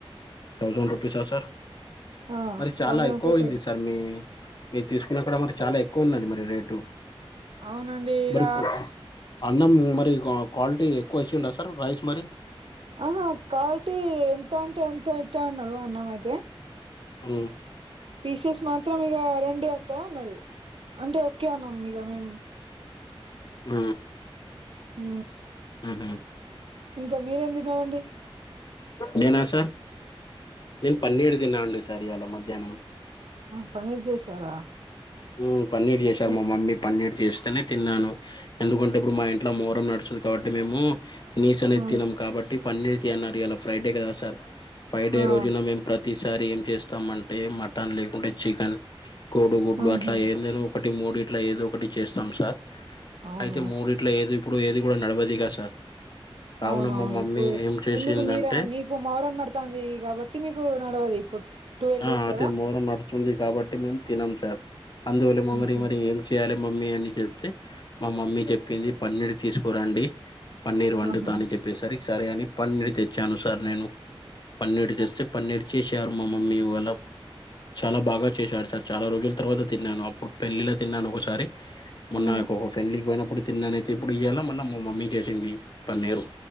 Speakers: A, on the left; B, on the right.
A: థౌసండ్ రూపీసా సార్
B: ఆ
A: మరి చాలా
B: థౌజండ్
A: ఎక్కువయింది
B: రూపీస్
A: సార్ మీ మీ తీసుకు ఇగ అక్కడ మరి చాలా ఎక్కువ ఉన్నది మరి రేటు
B: అవునండి ఇక
A: మరి కు అన్నం మరి క క్వాలిటీ ఎక్కువ ఏసిండా సార్ రైస్ మరి
B: ఆహా కల్టీ ఎంత అంటే ఎంత ఏటా అన్నాడు అన్నమయితే
A: ఊ
B: పీసెస్ మాత్రం ఇగ రెండే వత్తయ్ అన్నడు అంటే ఓకె అన్నం ఇగ మేం
A: ఊ
B: ఊ
A: ఉహు
B: ఇంకా మీరేం తిన్నారండి
A: నేనా సార్ నేను పన్నీరు తిన్నా అండి సార్ ఇవాళ మధ్యాహ్నం
B: పనిర్ చేసారా
A: ఊ పన్నీర్
B: ఆహా
A: చేశారు మా మమ్మీ పన్నీర్ చేస్తేనే తిన్నాను ఎందుకంటే ఇప్పుడు మా ఇంట్లో మోరం నడుస్తుంది కాబట్టి మేము నీస అనేది
B: ఆ
A: తినం కాబట్టి పన్నీరు తీ అన్నారు ఇలా ఫ్రైడే కదా సార్ ఫ్రైడే
B: ఆ
A: రోజున మేం ప్ర తిసారి ఏం చేస్తామంటే మటన్ లేకుంటే చికెన్ కోడుగుడ్లు
B: ఆహా
A: అట్లా ఏందో ఒకటి మూడిట్ల ఏదో ఒకటి చేస్తాం సార్
B: అవును
A: అయితే మూడిట్ల ఏది ఇప్పు ఏది కూడా నడవదిగ సార్ కావున
B: అవునవును
A: మా మమ్మీ
B: ఇప్పుడు
A: ఏం చేసిందంటే
B: ఎందుకు మీర మీకు మౌరం నడుతంది కాబట్టి మీకు నడవదు ఇప్పుడు ట్వెల్వ్
A: ఆ
B: డేస్
A: అదే
B: కదా
A: మొహరం నడుస్తుంది కాబట్టి మేము తినం సార్ అందువల్ల మమీ
B: హుహు.
A: మరి ఏం చేయాలి మమ్మీ అని చెప్తే మా మమ్మీ చెప్పింది పన్నీర్ తీసుకురండి పన్నీర్ వండుతా
B: ఆహా
A: అని చెప్పేసరికి సరే అని పన్నీర్ తెచ్చాను సార్ నేను పన్నీర్ చేస్తే పన్నీర్ చేసేరు మా మమ్మీ ఇవల చాలా బాగా చేశాడు సార్ చాలా రోజుల తర్వాత తిన్నాను అప్పుడు పెళ్ళిలో తిన్నాను ఒకసారి మొన్న
B: ఉమ్
A: ఫ్రెడ్లీకి పోయినప్పుడు తిన్నానైతే ఇప్పుడు ఇయ్యాల మొళ మా మమ్మీ చేసింది పన్నీరు